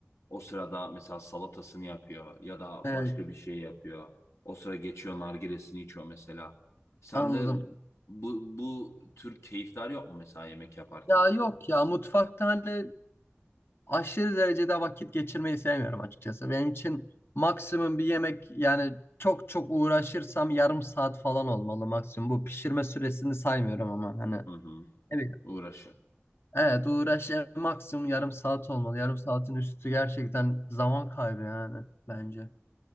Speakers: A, on the left; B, on the left.
A: O sırada mesela salatasını yapıyor ya da
B: Evet
A: başka bir şey yapıyor. O sıra geçiyor nargilesini içiyor mesela. Sende
B: anladım.
A: bu, bu tür keyifler yok mu mesela yemek yaparken?
B: Ya yok ya mutfakta hani aşırı derecede vakit geçirmeyi sevmiyorum açıkçası. Benim için maksimum bir yemek yani çok çok uğraşırsam yarım saat falan olmalı maksimum. Bu pişirme süresini saymıyorum ama hani.
A: Hı hı.
B: Evet.
A: Uğraşı.
B: Evet uğraş en maksimum yarım saat olmalı. Yarım saatin üstü gerçekten zaman kaybı yani bence.